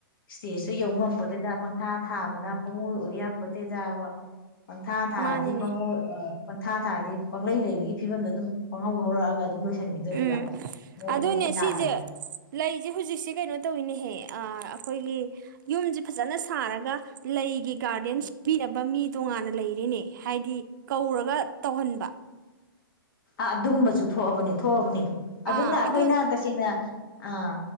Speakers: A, on the left (about 65°); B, on the right (about 55°).
A: ꯏꯁꯇꯦꯖ ꯌ ꯉ ꯦꯗ ꯄꯪꯈꯥ ꯊꯥꯕꯅ ꯄꯪꯉꯣꯏ ꯑꯣꯏ ꯌꯥꯛꯄꯣ ꯇꯦꯗ ꯄꯪꯊꯥ ꯊꯥꯔꯗꯤ
B: ꯃꯥꯅꯤꯅꯦ
A: ꯄꯪꯉ ꯄꯪꯊꯥ ꯊꯥꯔꯗꯤ ꯄꯪꯂꯩ ꯂꯩꯕꯒꯤ ꯐꯤꯕꯝꯗ ꯑꯗꯨꯝ ꯄꯪꯍꯧ ꯍꯧꯔꯛꯑꯒ ꯑꯗꯨꯝ ꯂꯣꯏꯁꯤꯟꯈꯤꯗꯣꯔꯤꯕ
B: ꯎꯝ
A: ꯃꯑꯣꯡ
B: ꯑꯗꯨꯅꯦ
A: ꯃꯔꯤꯟ ꯇꯥꯗꯅ
B: ꯁꯤꯁꯦ ꯂꯩꯁꯦ ꯍꯧꯖꯤꯛꯁꯦ ꯀꯩꯅꯣ ꯇꯧꯋꯅꯦꯍꯦ ꯑꯩꯈꯣꯏꯒꯤ ꯌꯨꯝꯁꯤꯦ ꯐꯖꯅ ꯁꯥꯔꯒ ꯂꯩꯒꯤ ꯒꯥꯔꯗꯦꯟ ꯁꯤꯕꯤꯅꯕ ꯃꯤ ꯇꯣꯉꯥꯟꯅ ꯂꯩꯔꯤꯅꯦ ꯍꯥꯏꯗꯤ ꯀꯧꯔꯒ ꯇꯧꯍꯟꯕ
A: ꯑꯥ ꯑꯗꯨꯒꯨꯝꯕꯁꯨ ꯊꯣꯛꯑꯕꯅꯤ ꯊꯣꯛꯑꯕꯅꯤ ꯑꯗꯨꯅ
B: ꯑꯥ
A: ꯑꯩꯈꯣꯏꯅ
B: ꯑꯗꯨ
A: ꯇꯁꯦꯡꯅ ꯑꯥ